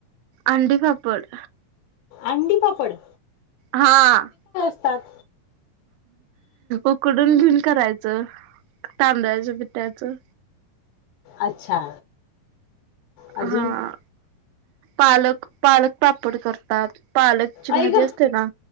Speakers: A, on the right (about 85°); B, on the left (about 85°).
A: अंडीपापड.
B: अंडीपापड?
A: हां
B: सात
A: उकडून घेऊन करायचं. तांदळाच्या पिठाचं.
B: अच्छा. अजून
A: हां पालक पालक पापड करतात. पालकची
B: ऐक
A: भाजी असते ना